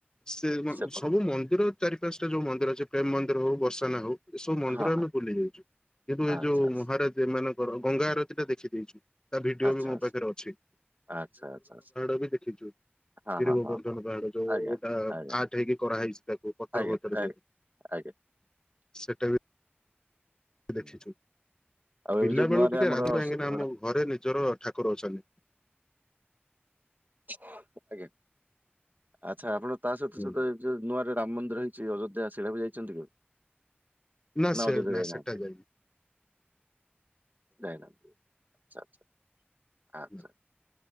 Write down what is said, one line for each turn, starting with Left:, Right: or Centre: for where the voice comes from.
Left: ସେ
Right: ସେପଟ
Left: ସବୁ ମନ୍ଦିର ଚାରି ପାଞ୍ଚଟା ଯୋଉ ମନ୍ଦିର ଅଛି ପ୍ରେମମନ୍ଦିର ହଉ ବର୍ସାନା ହଉ ଏସବୁ ମନ୍ଦିର
Right: ହଁ ହଁ
Left: ଆମେ ବୁଲି ଯାଇଛୁ। କିନ୍ତୁ ଏଇ
Right: ଆଚ୍ଛା
Left: ଯୋଉ
Right: ଆଚ୍ଛା
Left: ମହାରାଜ ମାନଙ୍କର ଗଙ୍ଗା ଆରତୀ ଟା ଦେଖିଦେଇଛୁ। ତା ଭିଡ଼ିଓ
Right: ଆଚ୍ଛା
Left: ବି ମୋ ପାଖରେ ଅଛି।
Right: ଆଚ୍ଛା ଆଚ୍ଛା ଆଚ୍ଛା।
Left: ତୁ ବି ଦେଖିଛୁ।
Right: ହଁ
Left: ଗିରି
Right: ହଁ
Left: ଗୋବର୍ଦ୍ଧନ
Right: ହଁ ହଁ
Left: ପାହାଡ଼ ଯୋଉଟା
Right: ଆଜ୍ଞା ଆଜ୍ଞା
Left: ଆର୍ଟ ହେଇକି କରାହେଇଛି ତାକୁ ପଥର
Right: ଆଜ୍ଞା
Left: ଫତର
Right: ଆଜ୍ଞା
Left: <unintelligible>
Right: ଆଜ୍ଞା।
Left: ସେଟା ବି ଦେଖିଛୁ
Right: ହୁଁ ଆଉ ଏବେ
Left: ପିଲା
Right: ଯୋଉ
Left: ବେଳୁ
Right: ନୂଆରେ
Left: ଟିକେ
Right: ଆମର
Left: ରାଗୁ କାହିଁକିନା
Right: ସ-
Left: ଆମ
Right: ରା-
Left: ଘରେ ନିଜର ଠାକୁର ଅଛନ୍ତି।
Right: ଆଜ୍ଞା ଆଚ୍ଛା ଆପଣ ତା ସହିତ
Left: ହୁଁ।
Right: <unintelligible> ଯୋଉ ନୂଆରେ ରାମ ମନ୍ଦିର ହେଇଛି ଅଯୋଧ୍ୟା ସେଇଟା କୁ ଯାଇଚନ୍ତି କି?
Left: ନା
Right: ନାଁ
Left: ସେ
Right: ଅଯୋଧ୍ୟା
Left: ନା
Right: ଯାଇନାହାନ୍ତି।
Left: ସେଟା ଯାଇନି।
Right: ଯାଇନାହାନ୍ତି ଆଚ୍ଛା ଆଚ୍ଛା
Left: ନା।
Right: ଆଚ୍ଛା।